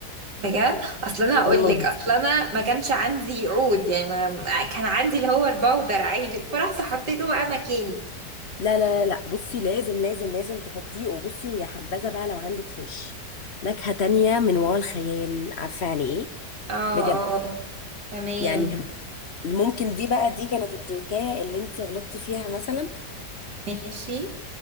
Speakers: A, on the right; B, on the left.
A: بجد اصل انا هقول
B: والله
A: لك اصل انا ما كانش عندي عود يعني ما كان عندي اللي هو البودر عادي فرحت حطيته بقى مكاني
B: لا لا لا لا بصي لازم لازم لازم تحطيه وبصي ويا حبذا بقى لو عندك فيش نكهة تانية من وراء الخيال عارفة يعني ايه
A: اه
B: بجد
A: اه تمام
B: يعني ممكن دي بقى دي كانت التركاية اللي انت غلطتي فيها مثلا
A: ماشي